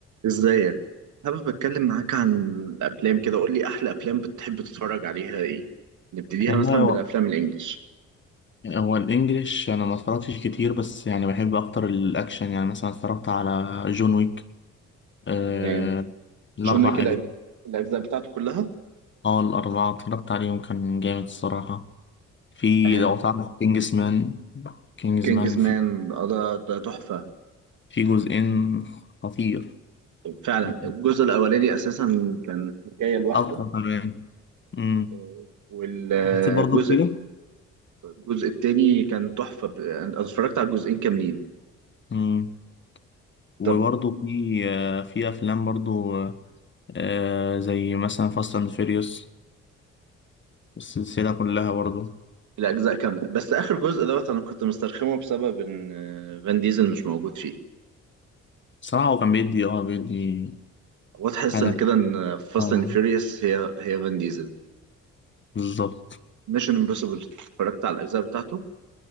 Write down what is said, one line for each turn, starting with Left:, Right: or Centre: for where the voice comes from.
Right: ازيك حابب اتكلم معاك عن الافلام كده قول لي احلى افلام بتحب تتفرج عليها ايه نبتديها
Left: والله
Right: مثلا
Left: هو
Right: بالافلام الانجليش
Left: هو الانجليش انا ما اتفرجتش كتير بس يعني بحب اكتر الاكشن يعني مثلا اتفرجت على جون ويك آه
Right: تمام
Left: الاربع
Right: جون ويك الأج-
Left: اجزاء
Right: الاجزاء بتاعته كلها
Left: اه الاربعه اتفرجت عليهم كان جامد الصراحه في
Right: آه.
Left: لو تعرف كينجز مان كينجز
Right: كينجز
Left: مان
Right: مان
Left: في
Right: ده ده تحفه
Left: في جزئين خطير
Right: فعلا
Left: يعني
Right: الجزء الاولاني اساسا كان حكايه لوحده
Left: اقوى كمان امم
Right: آه، والجزء
Left: حسيت برضه كده
Right: الجزء التاني كان تحفه ب- انا اتفرجت على الجزئين كاملين
Left: امم وبرضه
Right: طب
Left: في آه في افلام برضه آه زي مثلا فاست اند فيريوس السلسله كلها برضه
Right: الاجزاء كامله بس اخر جزء دوت انا كنت مسترخمه بسبب ان آه، فان ديزل مش موجود فيه
Left: صراحة هو كان بيدي اه بيدي
Right: هو تحس
Left: حاجة
Right: ان كده ان فاست
Left: اه
Right: اند فيوريوس هي هي فان ديزل
Left: بالظبط
Right: ميشن امبوسيبل اتفرجت على الاجزاء بتاعته